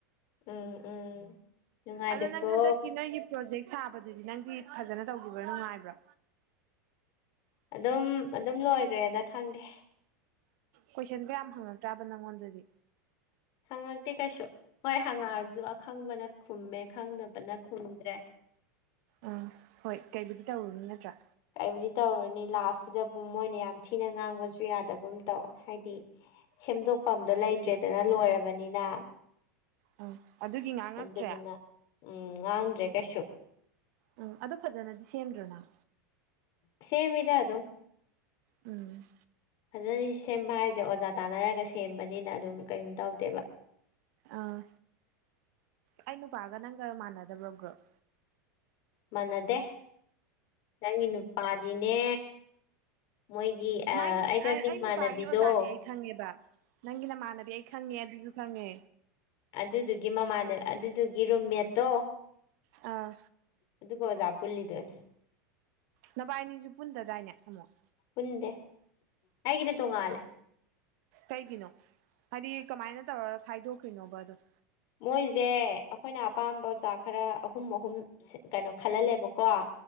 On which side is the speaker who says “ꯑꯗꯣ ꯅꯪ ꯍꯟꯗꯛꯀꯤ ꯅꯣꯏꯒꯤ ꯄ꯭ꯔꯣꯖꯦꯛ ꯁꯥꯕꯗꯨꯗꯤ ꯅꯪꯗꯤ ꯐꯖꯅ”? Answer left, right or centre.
Right